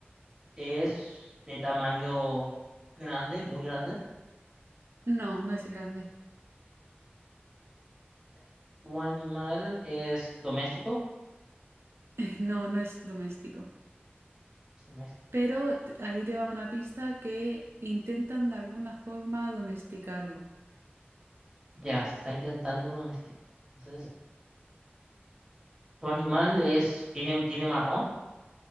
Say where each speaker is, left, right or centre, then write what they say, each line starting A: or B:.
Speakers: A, on the right; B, on the right.
A: es de tamaño grande, muy grande?
B: No, no es grande.
A: Ya. ¿Tu animal es doméstico?
B: <laughs> No, no es doméstico.
A: Es doméstico.
B: Pero t- ahí te va una pista que intentan de alguna forma domesticarlo.
A: Ya, se está intentando domesticar. Entonces, ¿tu animal es, tiene, tiene marrón?